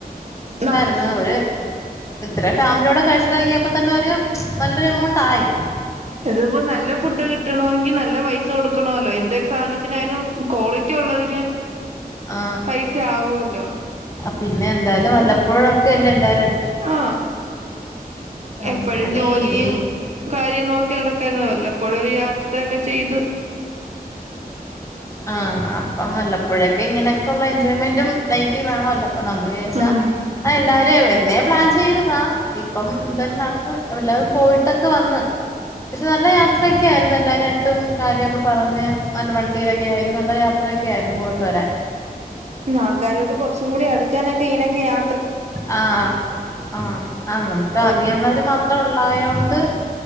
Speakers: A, on the right (about 45°); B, on the left (about 20°).
A: നല്ല
B: അ ഒരു ഇത്ര ഫാമിലിയോടെ കഴിച്ചിട്ടറങ്ങിയപ്പോ തന്നെ ഒരു നല്ലൊരു എമൗണ്ട് ആയി
A: ഇതിപ്പോ നല്ല ഫുഡ് കിട്ടണമെങ്കിൽ നല്ല പൈസ കൊടുക്കണല്ലോ എന്ത് ഒരു സാധന ത്തിനായാലും ക്വാളിറ്റി ഉള്ളതിന്
B: ആ
A: പൈസ ആവുല്ലോ
B: ആ പിന്നെ എന്തായാലും വല്ലപ്പോഴൊക്കെ ല്ലേ എല്ലാ
A: ആ
B: ആഹ്
A: എപ്പഴും
B: അങ്ങനെ
A: ജോലിയും
B: ഇനി
A: കാര്യം നോക്കി നടക്കല് വല്ലപ്പോഴും ഒരു യാത്രയൊക്കെ ചെയ്ത്
B: ആ അപ്പം വല്ലപ്പോഴൊക്കെ ഇങ്ങനെക്കെള്ള എൻജോയ്മെന്റും ലൈഫിൽ വേണല്ലോ അപ്പൊ നമ്മള് വിചാരിച്ച
A: ഉം
B: എ എല്ലാരു ന്നെ പ്ലാൻ ചെയ്തതാ ഇപ്പം എന്തയലും നടന്ന് എല്ലാരും പോയിട്ടൊക്കെ വന്ന് ക്ഷെ നല്ല യാത്രയൊ ക്യായിരുന്നു എല്ലരായിട്ടും കാര്യൊക്കെ പറഞ്ഞ് നല്ല വ ണ്ടിലൊക്കെയായിരുന്നു നല്ല യാത്രയൊക്കെയായിരുന്നു പോയിട്ട് വരാൻ
A: ഉം ആൾക്കാരോയിട്ട് കൊർച്ചും കൂടി അടുക്കാനൊക്കെ ഇനൊക്കെ യാ
B: ആ ആ ആ നമുക്ക്
A: ഒര്
B: അറിയുന്നവര് മാത്രേ ഉ ക്ലായോണ്ട്